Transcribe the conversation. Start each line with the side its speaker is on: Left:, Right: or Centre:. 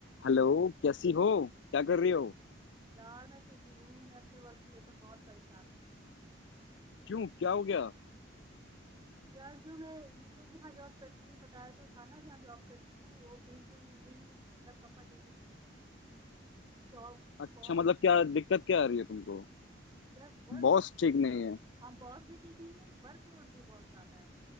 Left: Hello कैसी हो क्या कर रही हो
Right: यार मैं ठीक नहीं हूँ मैं अपने वर्क को लेकर बहुत परेशान हूँ
Left: क्यों क्या हो गया
Right: यार जो मैं मैं जहाँ जॉब करती हूँ बताया तो था ना जहाँ जॉब करती हूँ वो बिल्कुल भी मतलब कंफर्टेबल जॉब
Left: अच्छा
Right: बॉस
Left: मतलब
Right: भी
Left: क्या
Right: सही
Left: दिक्कत
Right: नहीं है
Left: क्या आ रही है तुमको
Right: यार वर्कलोड
Left: बॉस ठीक नहीं है
Right: हाँ बॉस भी ठीक नहीं है वर्कलोड भी बहुत ज्यादा है